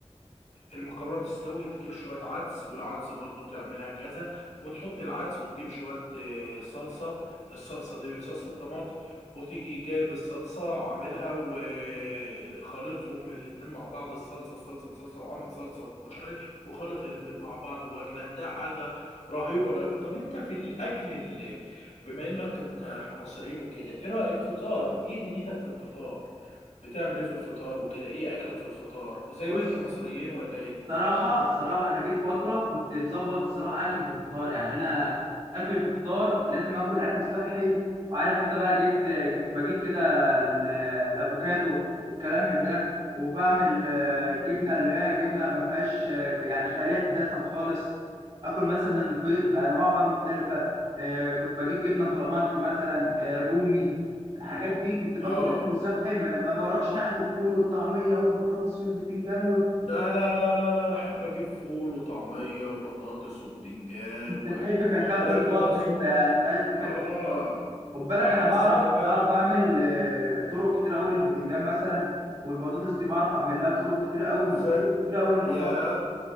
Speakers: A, on the left; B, on the right.
A: المكرونه تستوي تجيب شويه عدس والعدس برضو تعملها كذا وتحط العدس وتجيب شويه آه، صلصه الصلصه دي صلصه طماطم وتيجي جايب الصلصه عاملها وخلطهم الاتنين مع بعض الصلصه صلصه صلصه وعامل صلصه وكشري وخلط الاتنين مع بعض واكل هتلاقي حاجه رهيبه رهيبه طب انت في الاكل اللي بما انك انت احنا مصريين وكده ايه رايك الفطار ايه دنيتك في الفطار بتعمل ايه في الفطار وكده ايه اكلك في الفطار زي
B: بص
A: بقية المصريين ولا ايه
B: الصراحة الصراحة أنا جيت فترة كنت مظبط الصراحة أكلي في الفطار يعني أنا أكلي في الفطار لازم آكل أكل صحي وعارف أنت بقى جيت كنت بجيب كده ال- الأفوكاتو والكلام من ده وبعمل آه،
A: مم.
B: جبنة اللي هي جبنة ما فيهاش آه، ك- يعني خالية الدسم خالص آكل مثلا البيض بأنواع بقى مختلفة آه، كنت بجيب جبنة فلامانك مثلا آه، رومي الحاجات
A: مم.
B: دي كنت باكل
A: اه
B: أكل صحي ما ما بروحش ناحية الفول والطعمية والبطاطس والبتنجان
A: لا لا لا لا لا أنا احب اجيب فول وطعميه وبطاطس وبتنجان
B: انت
A: و-
B: تحب كركبة
A: واحب الاكل
B: البطن
A: ده أصلاً.
B: انت يعني انت عايز تكركب
A: اه
B: البطن خد بالك
A: بح-
B: انا
A: بس
B: بعرف
A: بيبقى
B: بعرف اعمل آه، طرق كتير قوي البتنجان مثلا والبطاطس دي بعرف اعمل لها طرق كتير قوي
A: زي
B: طرق كتير قوي البطاطس
A: يا